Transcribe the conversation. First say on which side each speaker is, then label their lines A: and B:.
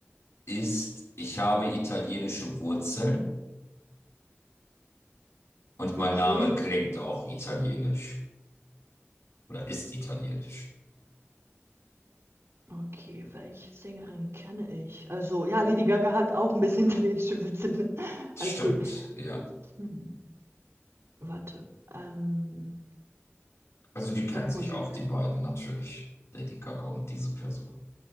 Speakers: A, on the left (about 80°); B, on the right (about 80°).
A: ist, ich habe italienische Wurzeln und mein
B: Okay.
A: Name klingt auch italienisch oder ist italienisch.
B: Okay, welche Sängerin kenne ich? Also, ja, Lady Gaga hat auch ein bisschen <laughs> italienische Witze. Ne? <laughs>
A: Stimmt,
B: Alles gut.
A: ja.
B: Hm, warte. Ähm,
A: Also die kennen
B: Popmusik.
A: sich auch, die beiden natürlich, Lady Gaga und diese Person.